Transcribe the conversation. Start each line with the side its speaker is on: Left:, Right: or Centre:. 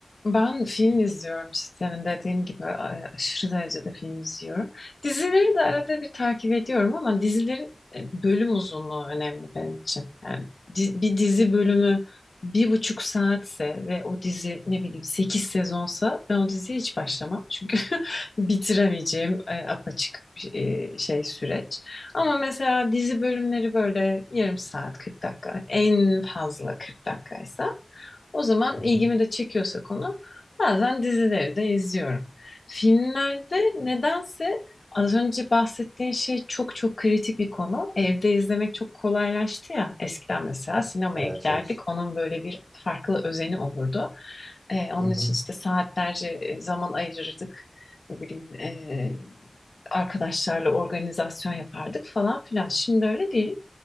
Left: Ben film izliyorum işte senin dediğin gibi e, aşırı derecede film izliyorum. Dizileri de arada bir takip ediyorum ama dizilerin e, bölüm uzunluğu önemli benim için. Yani di- bir dizi bölümü bir buçuk saatse ve o dizi ne bileyim sekiz sezonsa ben o diziye hiç başlamam. Çünkü <laughs> bitiremeyeceğim e, apaçık bir e, şey süreç. Ama mesela dizi bölümleri böyle yarım saat 40 dakika en fazla 40 dakikaysa o zaman
Right: Hı hı.
Left: ilgimi de çekiyorsa konu bazen dizileri de izliyorum. Filmlerde nedense az önce bahsettiğin şey çok çok kritik bir konu. Evde izlemek çok kolaylaştı ya. Eskiden mesela sinemaya
Right: Evet,
Left: giderdik.
Right: evet.
Left: Onun böyle bir farklı özeni olurdu. Ee, onun
Right: Hı hı.
Left: için işte saatlerce e, zaman ayırırdık. Ne bileyim ee, arkadaşlarla organizasyon yapardık falan filan. Şimdi öyle değil.